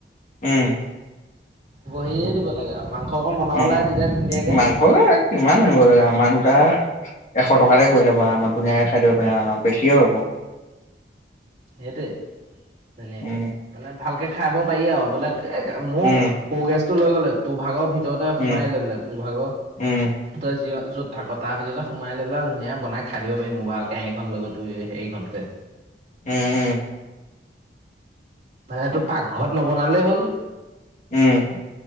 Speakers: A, on the left; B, on the right.
A: উম
B: বহে দিব লাগে আৰু মাংস অকণ বনাবলৈে
A: উম
B: তেতিয়া ধুনীয়াকেে
A: মাংস কিমান আনিব লাগে আমাৰ দুটা এশ টকাতে হৈ যাব আমাৰ ধুনীয়াকে খাই দিব পাৰে আৰু বেছিয়ে হ'ব
B: সেইটোৱেই ধুনীয়াকৈ
A: উম
B: মানে ভালকে খাব পাৰি আৰু বোলে এ মোৰ
A: উম
B: সু গেছ টো লৈ গ'লে তোৰ ভাগৰ ভিতৰত তঁতে
A: উম
B: সোমাই লৈ পেললে তোৰ ভাগৰ
A: উম
B: তই যি য'ত থাক তাৰ ভিছতে সোমাই লৈ পেলাই ধুনীয়া বনাই খাই দিব পাৰিম মোৰ ভালকে আখন লগতো হেৰিখনতে
A: উম উম
B: মানেটো পাকঘৰত নবনালেই হ'ল
A: উম